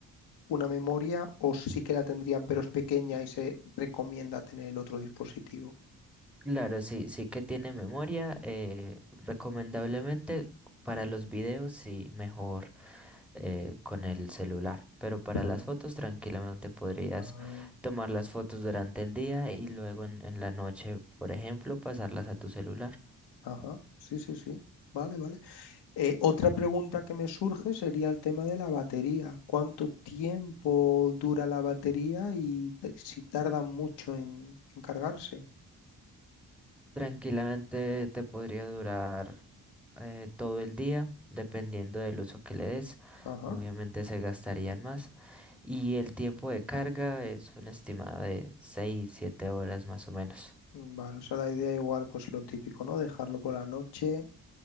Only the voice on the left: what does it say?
una memoria o sí que la tendrían, pero es pequeña y se recomienda tener el otro dispositivo.
Claro.
Ah,
Ajá, sí, sí, sí. Vale, vale. Eh, otra pregunta que me surge sería el tema de la batería. ¿Cuánto tiempo dura la batería y t- si tarda mucho en en cargarse?
Ajá.
Mm, Vale, o sea, la idea igual, pues lo típico, ¿no? Dejarlo por la noche